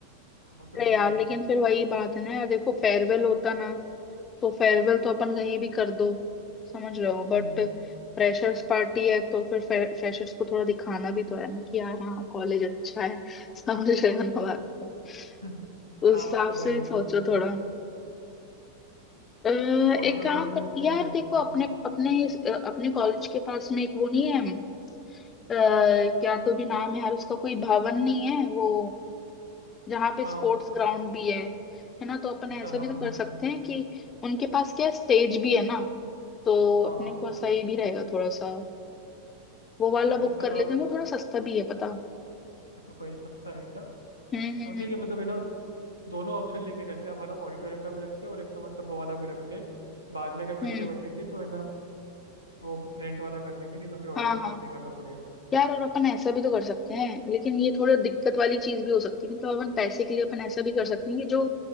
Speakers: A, on the right; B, on the left.
A: तो वो तो
B: अरे
A: दे ही
B: यार
A: देंगे
B: लेकिन फिर वही बात है ना यार देखो फेयरवेल होता ना तो फेयरवेल तो अपन कहीं भी कर दो समझ रहे हो
A: हम्म
B: बट फ्रेशर्स पार्टी है तो फिर फ्रेशर्स को थोड़ा दिखाना भी तो है ना कि यार हाँ कॉलेज अच्छा है <laughs> समझ रहे हो ना बात
A: <laughs>
B: उस
A: हाँ
B: हिसाब
A: मतलब वही
B: से ही
A: मतलब
B: सोचो थोड़ा अ,
A: ऑडिटोरियम
B: एक काम कर
A: में सही
B: यार
A: रहेगा
B: देखो अपने
A: हाँ
B: अपने इस- अ, अपने कॉलेज के पास में एक वो नहीं है अ, क्या तो भी नाम है यार उसका कोई भवन नहीं है वो जहाँ पे
A: हाँ
B: स्पोर्ट्स ग्राउंड भी है है ना तो अपन
A: अच्छा
B: ऐसा भी
A: हाँ
B: तो
A: समझ
B: कर सकते
A: गया
B: हैं कि उनके पास क्या स्टेज भी है ना तो
A: हाँ
B: अपने
A: हाँ
B: को सही भी रहेगा थोड़ा सा वो वाला
A: लेकिन
B: बुक
A: उसका
B: कर
A: थोड़ा
B: लेते हैं वो थोड़ा सस्ता भी है पता
A: अच्छा प्राइस सस्ता है क्या
B: हम्म
A: तो
B: हम्म
A: ठीक
B: हम्म
A: है मतलब है ना दोनों ऑप्शन लेके चलते हैं हमारा ऑडिटोरियम का भी रखते हैं और एक तो मतलब वो वाला भी रखते हैं बाद में अगर पैसे
B: हम्म,
A: बचेंगे तो है ना वो रेंट वाला कर लेंगे नहीं तो फिर ऑडिटोरियम
B: हाँ हाँ
A: पे ही करना पड़ेगा
B: यार और अपन ऐसा भी तो कर सकते हैं लेकिन ये थोड़ा दिक्कत वाली चीज भी हो सकती है मतलब अपन पैसे के लिए अपन ऐसा भी कर सकते हैं कि जो